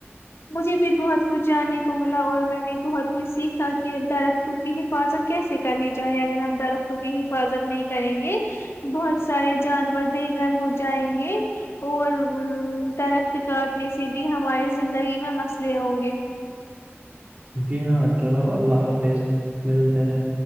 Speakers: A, on the left; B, on the right.
A: مجھے بھی بہت کچھ جانے کو ملا اور میں نے بہت کچھ سیکھا کہ درختوں کی حفاظت کیسے کرنی چاہیے اگر ہم درختوں کی حفاظت نہیں کریں گے بہت سارے جانور بے گھر ہو جائیں گے اور درخت کاٹنے سے بھی ہماری زندگی میں مسئلے ہوں گے
B: جی ہاں چلو اللہ حافظ ملتے ہیں